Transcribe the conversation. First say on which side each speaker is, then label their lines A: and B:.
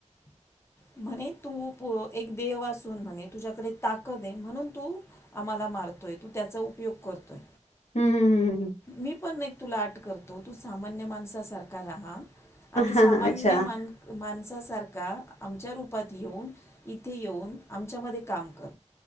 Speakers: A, on the left; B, on the left.
A: <inaudible>
B: म्हणे तू एक देव असून म्हणे तुझ्याकडे ताकद आहे. म्हणून तू आम्हाला मारतोय. तू त्याचा उपयोग करतोय.
A: हम्म हम्म हम्म हम्म
B: मी पण तुला आट करतो तू सामान्य माणसासारखा राहा. आणि सामान्य
A: हा हा अच्छा
B: मान मान अस सारखा आमच्या रूपात येऊन इथे येऊन आमच्यामध्ये काम कर.